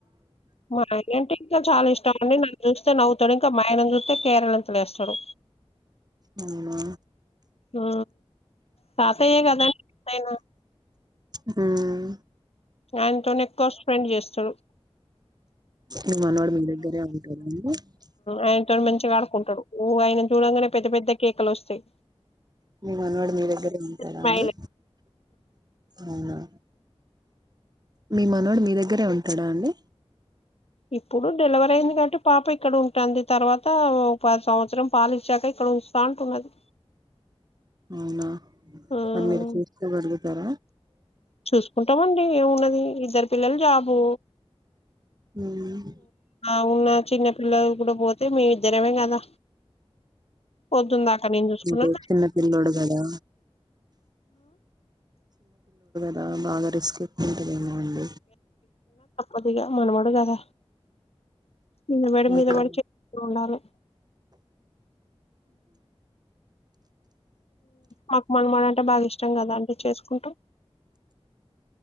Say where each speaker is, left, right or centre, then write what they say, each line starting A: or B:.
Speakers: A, on the left (about 70°); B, on the right (about 40°).
A: మా ఆయన అంటే ఇంకా చాలా ఇష్టం అండి నన్ను చూ తే అవుతాడు ఇంకా మా ఆయనని చైతే కేరలింతలు లేస్తాడు
B: అవునా
A: ఆ తాతయ్య కదండీ ఎంతైనా
B: మ్మ్
A: ఆయనతో ఎక్కువ స్పెండ్ చేస్తడు
B: మీ మనవడు మీ దగ్గరే ఉంటాడా అండి
A: ఆయనతోని మంచిగా ఆడుకుంటాడు ఆయన చూడంగానే పెద్ద పెద్ద కేక లోస్తయి
B: మీ మనవాడు మీ దగ్గరే ఉంటాడ
A: స్మైలే
B: అండి అవును మీ మనోడు మీ దగ్గరే ఉంటాడ అండి
A: ఇప్పుడు డెల్వరీ అయింది కంటే పాప ఇక్కడ ఉంటాంది తర్వాత పాతి సంవత్సరం పాలిచ్చూక ఇక్కడ ఉస్తా అంటున్నది
B: అవున
A: హ్మ్
B: మరి మీరు చూడుగు స్తర
A: చూసుకుంటామండి ఏమున్నది ఇద్దరు పిల్లలు జాబు
B: ఉమ్
A: అవున చిన్న పిల్లలు కూడా పోతే మీ ఇద్దరమే కదా పొద్దున్ దాక నేను చూసుకున్నా
B: అంటే చిన్న పిల్లోడు కదా దా బాగ రిస్క్ ఉంటంది ఉమ్
A: అదిగాక్ మనమోడు కద నిన్న పడి
B: ఊహు
A: మీద పడి చేస్తు ఉండాలె మాకు మన మన అంటే బాగా కష్టం కదా అంటే చేసుకుంటూ